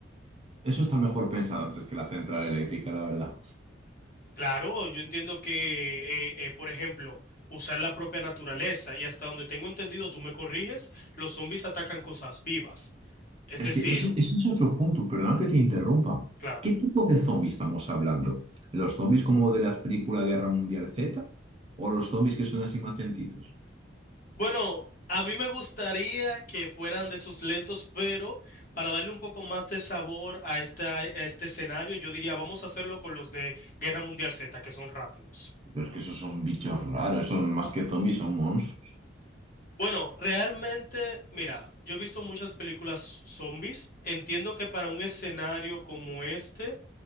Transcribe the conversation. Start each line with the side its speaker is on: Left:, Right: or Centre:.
Right: Eso está mejor pensado antes que la central eléctrica, la verdad.
Left: Claro, yo entiendo que, eh, eh, por ejemplo, usar la propia naturaleza y hasta donde tengo entendido, tú me corriges, los zombies atacan cosas vivas. Es
Right: Es
Left: decir,
Right: que ese, ese es otro punto, perdona que te interrumpa.
Left: claro.
Right: ¿Qué tipo de zombies estamos hablando? ¿Los zombies como de las películas Guerra Mundial Z? ¿O los zombies que son así más lentitos?
Left: Bueno, a mí me gustaría que fueran de esos lentos, pero para darle un poco más de sabor a, esta- a este escenario, yo diría, vamos a hacerlo con los de Guerra Mundial Z, que son rápidos.
Right: Pero es que esos son bichos raros, esos más que zombies son monstruos.
Left: Bueno, realmente, mira, yo he visto muchas películas zombies. Entiendo que para un escenario como este...